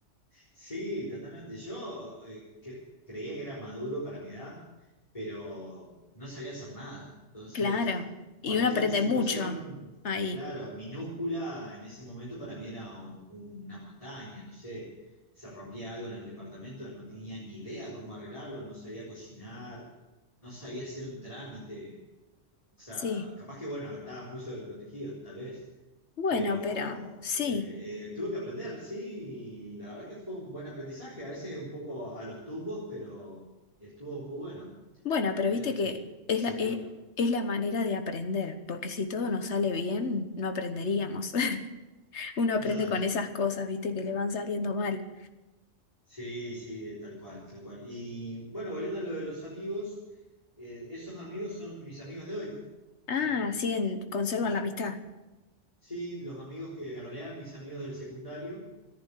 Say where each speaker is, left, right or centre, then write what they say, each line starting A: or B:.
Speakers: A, on the left; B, on the left.
A: Sí, totalmente. Yo eh, cre- creía que era maduro para mi edad, pero no sabía hacer nada. Entonces,
B: Claro,
A: cualquier
B: y uno aprende
A: situación,
B: mucho ahí.
A: claro, minúscula en ese momento para mí era un- una montaña, no sé, se rompía algo en el departamento, no tenía ni idea cómo arreglarlo, no sabía cocinar, no sabía hacer un trámite. O sea,
B: Sí,
A: capaz que bueno, estaba muy sobreprotegido, tal vez,
B: Bueno,
A: pero
B: pero sí,
A: eh, eh, tuve que aprender, sí, y la verdad que fue un buen aprendizaje, a veces un poco a los tumbos, pero estuvo muy bueno.
B: bueno,
A: La
B: pero
A: verdad
B: viste que
A: que eh,
B: es
A: sirvió.
B: la, e- es, la manera de aprender, porque si todo nos sale bien, no aprenderíamos. <laughs> Uno
A: Totalmente.
B: aprende con esas cosas, viste, que le van saliendo mal.
A: Sí, sí, tal cual, tal cual. Y bueno, volviendo a lo de los amigos, eh, esos amigos son mis amigos de hoy.
B: Ah,
A: Em,
B: siguen, conservan
A: los,
B: la amistad.
A: sí, los amigos que, que en realidad eran mis amigos del secundario.